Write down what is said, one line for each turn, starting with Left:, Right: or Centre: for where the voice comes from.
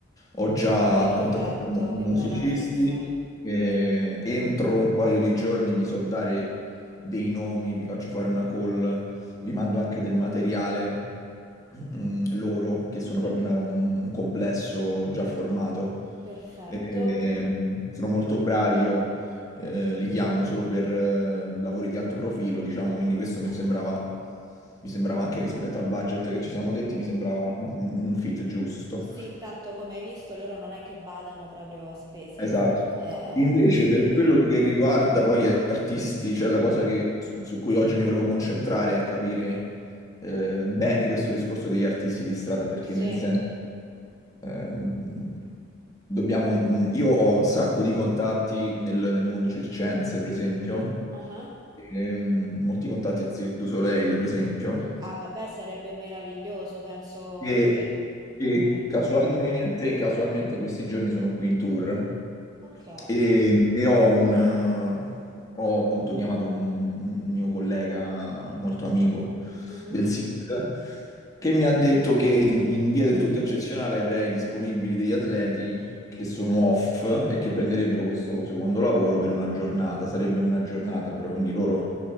Left: Ho già
Right: Perfetto,
Left: contattato i mu- i
Right: che
Left: musicisti
Right: bella notizia.
Left: e entro un paio di giorni vi so dare dei nomi, vi faccio fare una call, vi mando anche del materiale mm, loro, che sono proprio una- un, un complesso già formato.
Right: Perfetto.
Left: E, mm, sono molto bravi, io eh, li chiamo solo per eh, lavori di alto profilo, diciamo, quindi questo mi
Right: Ah,
Left: sembrava,
Right: ah.
Left: mi sembrava anche rispetto al budget che ci siamo detti, mi sembrava un, un fit giusto.
Right: Sì, tanto come hai visto, loro non è che badano proprio a spese,
Left: Esatto.
Right: eh,
Left: Invece,
Right: quindi
Left: per quello che riguarda poi gli artisti, cioè la cosa che- su su cui oggi mi volevo concentrare è capire eh, bene questo discorso degli artisti di strada, perché
Right: sì.
Left: nel senso, ehm, dobbiamo, mm, io ho un sacco di contatti nel, nel mondo circense, per esempio,
Right: Ah, ah.
Left: ehm, molti contatti al Cirque du Soleil, per esempio,
Right: Ah, vabbè, sarebbe meraviglioso, penso
Left: e,
Right: che
Left: e
Right: veramente.
Left: casualmente, casualmente questi giorni sono qui in tour.
Right: Ok.
Left: E, e ho un, eh, ho appunto chiamato un, un mio collega molto amico
Right: Mhm.
Left: del SIC che mi ha detto che in, in via del tutto eccezionale avrei disponibili degli atleti che sono off e che prenderebbero questo secondo lavoro per una giornata. Sarebbe una giornata però, quindi loro